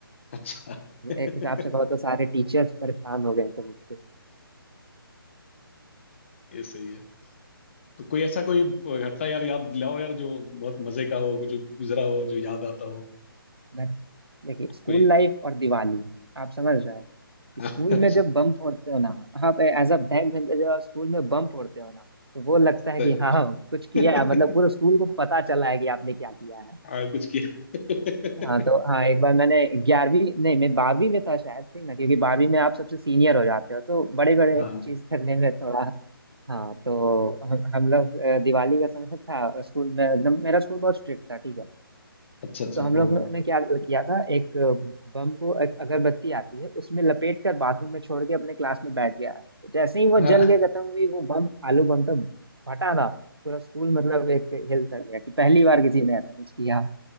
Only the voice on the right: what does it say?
एक हिसाब से कहो तो सारे टीचर्स परेशान हो गए थे मुझसे
मैं- देखिए स्कूल
लाइफ और दिवाली आप समझ रहे हैं
स्कूल
में जब बम फोड़ते हो ना आप एज अ बैक बेंचर जब आप स्कूल में बम फोड़ते हो ना तो वो लगता है
कि हाँ कुछ किया
है मतलब पूरे स्कूल को पता चला है कि आपने क्या किया
हाँ
तो हाँ एक बार मैंने ग्यारहवीं नहीं मैं बारहवीं में था शायद ठीक ना क्योंकि बारहवीं में आप सबसे सीनियर हो जाते हो तो बड़े बड़े
चीज करने में थोड़ा हाँ तो हम हम लोग अ, दिवाली का समय था स्कूल में एकदम मेरा स्कूल बहुत स्ट्रिक्ट था ठीक है
तो हम
लोग
ने क्या किया था एक बम को एक अगरबत्ती आती है उसमें लपेट कर बाथरूम में छोड़ के अपने क्लास में बैठ गया है तो जैसे ही वो
जल के खत्म हुई वो बम आलू बम तो फटा ना पूरा स्कूल मतलब एक हिल तक गया कि पहली बार किसी ने ऐसा कुछ किया